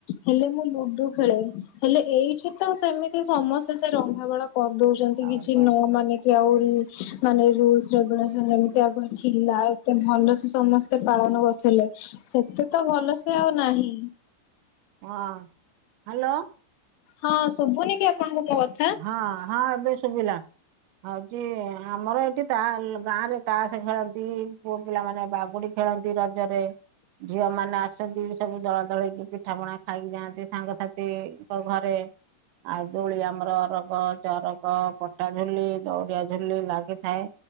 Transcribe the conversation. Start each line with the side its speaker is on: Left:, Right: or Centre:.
Left: ହେଲେ ମୁଁ ଲୁଡୁ ଖେଳେ। ହେଲେ ଏଇଠି ତ ସେମିତି ସମସ୍ତେ ସେ ରନ୍ଧା ବଢ଼ା କରିଦଉଛନ୍ତି
Right: ହଁ
Left: କିଛି ନ ମାନି? ଆହୁରି ମାନେ ରୁଲସ ରେଗୁଲେସନ୍ ଯେମତି ଆଗ ଥିଲା। ଏତ ଭଲ ସେ ସମସ୍ତେ ପାଳନ କରୁଥିଲେ। ସେତେ ତ ଭଲ ସେ ଆଉ ନାହିଁ।
Right: ହଁ। ହ୍ୟାଲୋ।
Left: ହଁ ଶୁଭୁନି କି ଆପଣଙ୍କୁ ମୋ କ
Right: ହଁ ହଁ ଏବେ ଶୁଭିଲା। ଆ ହଉଛି ଆମର ଏଇଠି ତା ଗାଁରେ ତାସ ଖେଳନ୍ତି ପୁଅ ପିଲାମାନେ ବାଗୁଡି ଖେଳନ୍ତି ରଜରେ। ଝିଅ ମାନେ ଆସନ୍ତି। ସବୁ ଦଳା ଦଳକି ପିଠା ପଣା ଖାଇକି ଯାଆନ୍ତି ସାଙ୍ଗସାଥିଙ୍କ ଘରେ ଆଉ ଦୋଳିଆମ ଆମର ଅରଗ ଚରଗ ପଟା ଝୁଲି ଦଉଡିଆ ଝୁଲି ଲାଗିଥାଏ।